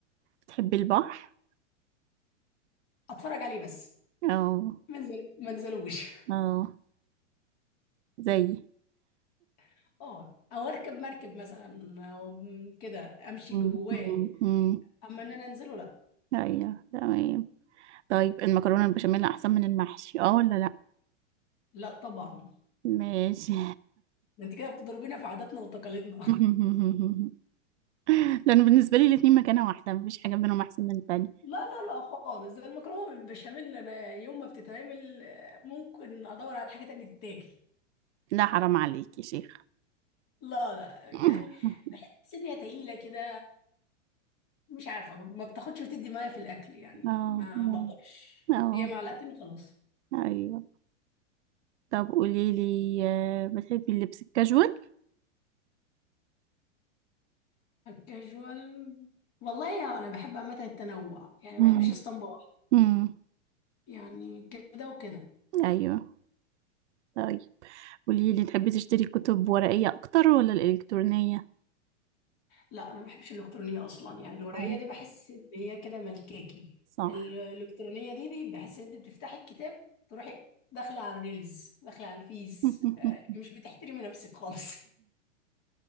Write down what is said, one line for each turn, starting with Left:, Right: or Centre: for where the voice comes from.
Right: بتحبي البحر
Left: اتفرج عليه بس
Right: اه
Left: ما انزل- ما انزلوش
Right: اه زي
Left: <laughs> اه او اركب مركب مثلا او كده امشي
Right: امم
Left: جواه
Right: امم أمم.
Left: اما ان انا انزله لا
Right: ايوه تمام طيب المكرونة البشاميل احسن من المحشي اه ولا لا
Left: لا طبعا
Right: ماشي
Left: ده انت كده بتضربينا في عاداتنا وتقاليدنا
Right: <laughs>
Left: <laughs>
Right: لان بالنسبة لي الاتنين مكانة واحدة مفيش حاجة بينهم احسن من التانية
Left: لا لا لا خالص ده المكرونه بالبشاميل انا يوم ما بتتعمل آه، ممكن ادور على حاجه تانية تتاكل
Right: لا حرام عليك يا شيخ
Left: لا لا
Right: اه
Left: يعني بحس ان هي تقيله كده ومش عارفه ما بتاخدش وتدي معايا في الاكل يعني
Right: اه
Left: ما بقدرش
Right: اه
Left: هي معلقتين وخلاص
Right: ايوه طب قولي لي آه، بتحبي اللبس الكاجوال
Left: كاجوال والله يا انا بحب عامه التنوع يعني
Right: مم.
Left: ما بحبش اسطمبه واحده
Right: مم.
Left: يعني كده وكده
Right: ايوه طيب قولي لي تحبي تشتري كتب ورقية اكتر ولا الالكترونية
Left: لا انا ما بحبش الالكترونيه اصلا يعني الورقيه
Right: اه
Left: دي بحس ان هي كده ملكاكي
Right: صح
Left: الالكترونيه دي دي بحس ان انت بتفتحي الكتاب تروحي داخله على الريلز داخله على الفيس
Right: <laughs>
Left: آه، مش بتحترمي نفسك خالص